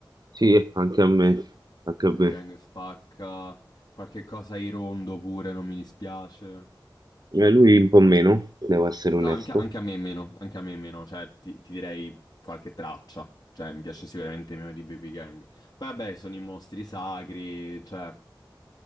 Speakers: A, on the right; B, on the left.
A: sì, anche a me. Anche a
B: Baby
A: me.
B: Gang spacca. Qualche cosa ai rondo pure, non mi dispiace.
A: Eh, lui un po' meno, devo essere
B: No,
A: onesto.
B: anche, anche a me è meno, anche a me è meno, cioè ti, ti direi qualche traccia, cioè mi piace sicuramente meno di Baby Gang. Poi vabbè, sono i mostri sacri, cioè